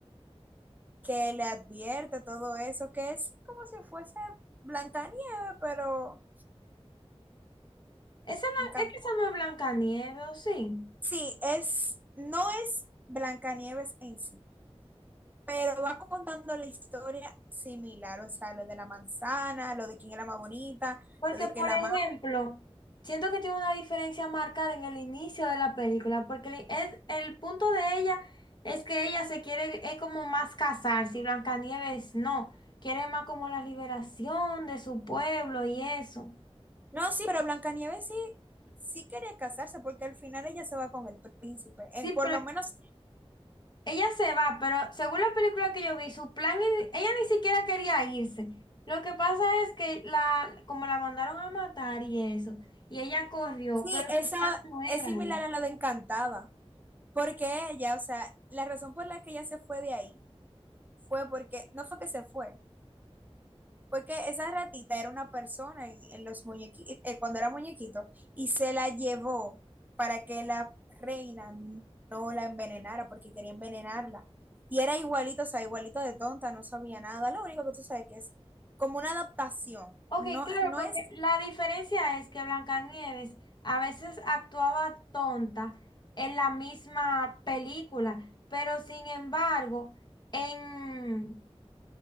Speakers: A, on the right; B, on the left.
A: que le advierte todo eso, que es como si fuese Blancanieve, pero...
B: Esa, no-
A: en cam-
B: es que esa no es Blancanieves, ¿o sí?
A: Sí, es, no es Blancanieves en sí, pero va contando la historia similar, o sea, lo de la manzana, lo de quién era más bonita,
B: Porque,
A: lo de
B: por
A: que la
B: ejemplo, siento que tiene una diferencia marcada en el inicio de la película, porque el- es, el punto de ella es que ella se quiere, es como más casarse, y Blancanieves no, quiere más como la liberación de su pueblo y eso.
A: No, sí, pero Blancanieves sí, sí quería casarse porque al final ella se va con el príncipe. Eh,
B: Sí,
A: por
B: pero
A: lo menos,
B: Ella se va, pero según la película que yo vi, su plan, in- ella ni siquiera quería irse. Lo que pasa es que la, como la mandaron a matar y eso, y ella corrió,
A: sí,
B: pero
A: eso
B: su plan no era
A: es similar
B: eso.
A: a lo de Encantada, porque ella, o sea, la razón por la que ella se fue de ahí fue porque, no fue que se fue, Porque esa ratita era una persona en, en los muñequitos, cuando era muñequito, y se la llevó para que la reina no la envenenara, porque quería envenenarla. Y era igualito, o sea, igualito de tonta, no sabía nada. Lo único que tú sabes que es como una adaptación.
B: Ok,
A: No,
B: claro,
A: no
B: porque
A: es,
B: la diferencia es que Blancanieves a veces actuaba tonta en la misma película, pero sin embargo, en